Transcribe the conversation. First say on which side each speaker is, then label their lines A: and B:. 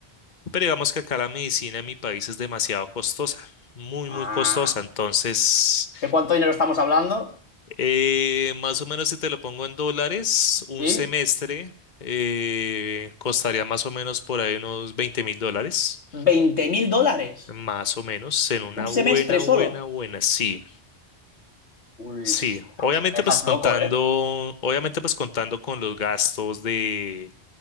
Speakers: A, on the left; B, on the left.
A: Pero digamos que acá la medicina en mi país es demasiado costosa, muy,
B: Ah.
A: muy costosa. Entonces...
B: ¿De cuánto dinero estamos hablando?
A: Eh, más o menos si te lo pongo en dólares, un
B: Sí.
A: semestre eh, costaría más o menos por ahí unos veinte mil dólares,
B: Veinte mil dólares.
A: más o menos, en una
B: Un
A: buena,
B: semestre
A: buena,
B: solo.
A: buena, sí,
B: Uy,
A: sí.
B: ostras,
A: Obviamente
B: me dejas
A: pues contando,
B: loco, ¿eh?
A: obviamente pues contando con los gastos de,